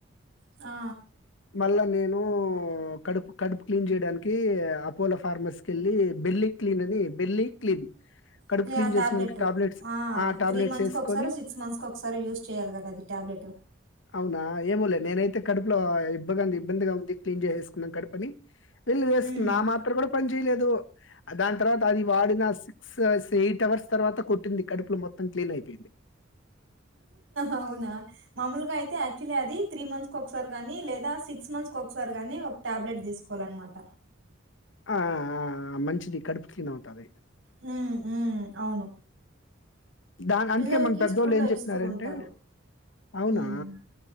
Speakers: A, on the right; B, on the left.
A: ఆ!
B: మళ్ళ నేను కడుపు కడుపు క్లీన్ చేయడానికి అపోలో ఫార్మర్స్ కి వెళ్ళి బెల్లి క్లీన్ అని బెల్లి క్లీన్ కడుపు
A: ట్లే
B: క్లీన్
A: ఆ టాబ్లెటు
B: చేసినందుకు టాబ్లెట్స్
A: ఆ
B: టాబ్లెట్స్
A: త్రీ మంత్స్
B: ఏసుకొని
A: కి ఒకసారి సిక్స్ మంత్స్ కు ఒకసారి యూస్ చేయాలి కదా అది టాబ్లెటు
B: అవునా ఏమోలే నేనైతే కడుపులో ఇబ్బగా ఇబ్బందిగా ఉంది క్లీన్ చేసేసుకున్నాను కడుపని వెళ్ళు వేసుకున్నా
A: హ్మ్.
B: ఆ మాత్ర కూడా పని చేయలేదు ఆ దాని తర్వాత అది వాడిన సిక్స్ ఎయిట్ అవర్స్ తర్వాత కొట్టింది కడుపులో మొత్తం క్లీన్ అయిపోయింది
A: అవునా మామూలుగా అయితే యాక్చువల్లీ అది త్రీ మంత్స్ ఒకసారి నీ లేదా సిక్స్ మంత్స్ కి ఒకసారి గాని ఒక టాబ్లెట్ తీసుకోవాల అన్నమాట
B: ఆ ఆ ఆ మంచిది కడుపు క్లీన్ అవుతాది
A: హ్మ్ హ్మ్ అవును
B: దాని
A: పిల్లలకి
B: అందుకే మన పెద్దోళ్ళు
A: స్కూల్లో
B: ఏం చెప్పినారంటే
A: ఇస్తూ ఉంటారు.
B: అవునా
A: హ్మ్.